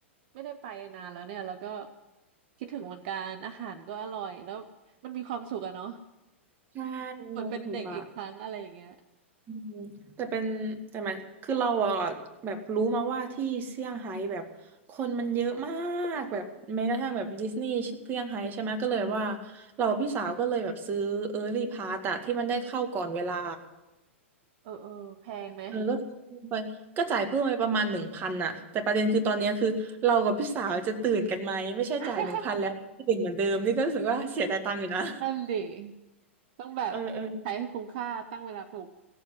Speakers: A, on the right; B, on the right.
A: ไม่ได้ไปนานแล้วเนี่ยแล้วก็คิดถึงเหมือนกันอาหารก็อร่อยแล้วมันมีความสุขอะเนาะ
B: ใช่
A: <laughs> เหมือนเป็นเด็กอีกครั้งอะไรอย่างเงี้ย
B: ถูกอ่ะอืมแต่เป็นแต่หมายคือเราอ่ะแบบรู้มาว่าที่เซี่ยงไฮ้แบบคนมันเยอะมากแบบแม้กระทั่งแบบดิสนีย์เซี่ยงไฮ้ใช่ไหมก็เลยว่าเราพี่สาวก็เลยแบบซื้อเออร์ลี่พาสอะที่มันได้เข้าก่อนเวลา
A: เออเออแพงไหม
B: เออก็จ่ายไปก็จ่ายเพิ่มไปประมาณหนึ่งพันอ่ะแต่ประเด็นคือตอนเนี้ยคือเรากับพี่สาวจะตื่นกันไหมไม่ใช่จ่ายหนึ่งพันแล้วตื่นเหมือนเดิมนี่ก็รู้สึกว่าเสียดายตังค์อยู่นะ
A: <laughs> นั่นดิต้องแบบใช้ให้คุ้มค่าตั้งเวลาปลุก
B: เออเออ